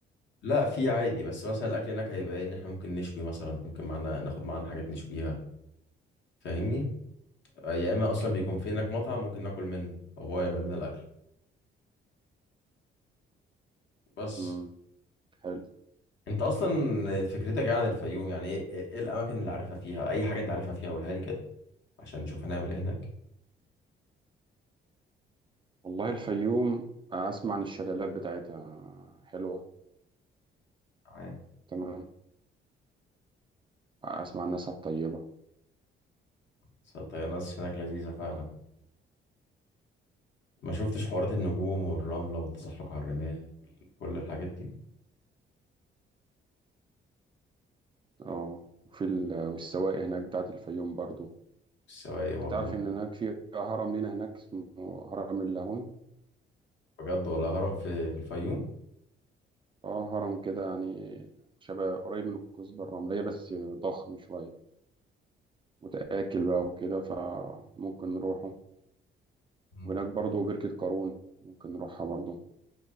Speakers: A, on the left (about 65°); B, on the right (about 25°).
A: لا في عادي بس مثلا الاكل هناك هيبقى إيه؟ ان احنا ممكن نشوي مثلا ممكن معانا ناخد معانا حاجات نشويها فاهمني آه، يا اما اصلا بيكون في هناك مطعم ممكن ناكل منه او هو يعمل لنا الاكل بس
B: امم حلو
A: انت اصلا فكرتك ايه عن الفيوم يعني ايه ايه إيه الاماكن اللي عارفها فيها اي حاجه انت عارفها فيها قولها لي كده عشان نشوف هنعمل ايه هناك
B: والله الفيوم أسمع عن الشلالات بتاعتها حلوة
A: تمام
B: تمام أسمع عن ناسها الطيبة
A: بس الطيران هناك لذيذه فعلا ما شفتش حوارات النجوم والرمله والتزحلق على الرمال كل الحاجات دي
B: اه وفي ال- والسواقي هناك بتاعت الفيوم برضو
A: السواقي برضه
B: أنت تعرف إن هناك في هرم لينا هناك اسمه هرم اللاهون
A: بجد ولا هرم في في الفيوم
B: اه هرم كده يعني شبه قريب من الكثبة الرملية بس ضخم شوية متآكل بقى وكده فممكن نروحه
A: مم.
B: وهناك برضو بركة قارون ممكن نروحها برضو